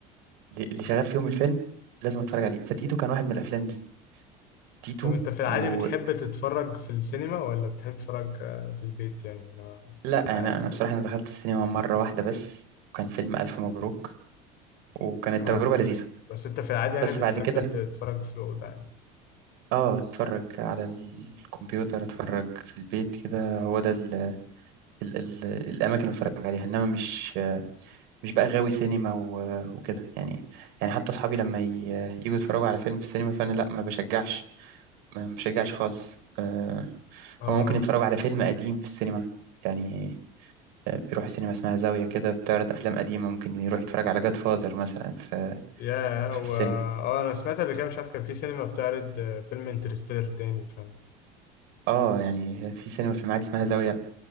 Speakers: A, on the right (about 70°); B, on the left (about 60°).
A: اللي شغال فيهم الفيلم لازم اتفرج عليه فتيتو كان واحد من الافلام دي تيتو
B: طب انت في العادي
A: ولا
B: بتحب تتفرج في السينما ولا بتحب تتفرج آه، في البيت يعني لو
A: انا
B: انت قاعد
A: انا
B: في الأوضة
A: بصراحه انا دخلت السينما مره واحده بس وكان فيلم الف مبروك وكانت
B: اه
A: تجربه لذيذه
B: بس انت في العادي يعني
A: بس
B: بتحب
A: بعد كده
B: تتفرج في الأوضة عادي
A: اه اتفرج على الكمبيوتر اتفرج في البيت كده هو ده ال ال ال الاماكن اللي بتفرج عليها انما مش مش بقى غاوي سينما و- وكده يعني يعني حتى اصحابي لما ي- يجوا يتفرجوا على فيلم في السينما فانا لا ما بشجعش ما مشجعش خالص آه،
B: اه
A: هما ممكن يتفرجوا على فيلم قديم في السينما يعني آه، بيروح سينما اسمها زاوية كده بتعرض أفلام قديمة ممكن يروح يتفرج على جاد فازر مثلا في
B: يا
A: في
B: و...
A: السينما
B: اه انا سمعت قبل كده مش عارف كان في سينما بتعرض آه، فيلم انترستيلر تاني فاهم
A: اه يعني في سينما في المعادي اسمها زاوية